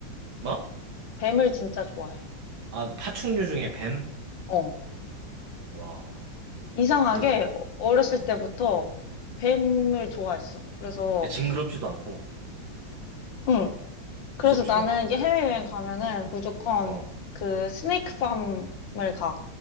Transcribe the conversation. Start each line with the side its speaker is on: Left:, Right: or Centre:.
Right: 뭐?
Left: 뱀을 진짜 좋아해.
Right: 아, 파충류 중에 뱀?
Left: 어,
Right: 와우.
Left: 이상하게
Right: 그래서?
Left: 어- 어렸을
Right: 어.
Left: 때부터 뱀을 좋아했어. 그래서
Right: 야, 징그럽지도 않고
Left: 응, 그래서
Right: 무섭지도
Left: 나는
Right: 않고.
Left: 이제 해외여행 가면은 무조건
Right: 어.
Left: 그 스네이크 팜을 가.